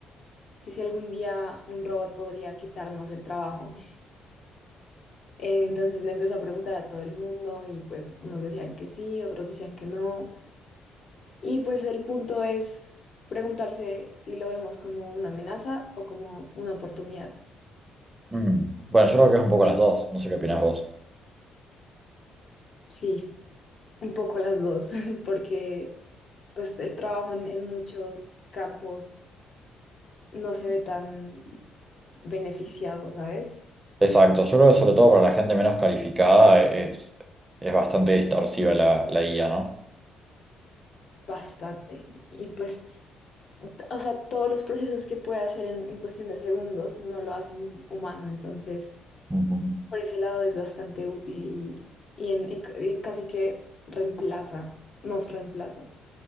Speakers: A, on the left; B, on the right.
A: que si algún día un robot podría quitarnos el trabajo. <laughs> Eh, Entonces le empezó a preguntar a todo el mundo y pues unos decían que sí, otros decían que no. Y pues el punto es preguntarse si lo vemos como una amenaza o como una oportunidad.
B: Mm. Bueno, yo creo que es un poco las dos, no sé qué opinas vos.
A: Sí, un poco las dos, <laughs> porque pues el trabajo en, en muchos campos no se ve tan beneficiado, ¿sabes?
B: Exacto, yo creo que sobre todo para la gente menos calificada es, es bastante distorsiva la, la IA, ¿no?
A: Bastante. Y pues, o sea, todos los procesos que puede hacer en, en cuestión de segundos no lo hace ni un humano, entonces
B: Ujú.
A: por ese lado es bastante útil y, y, en- y c- y casi que reemplaza, nos reemplaza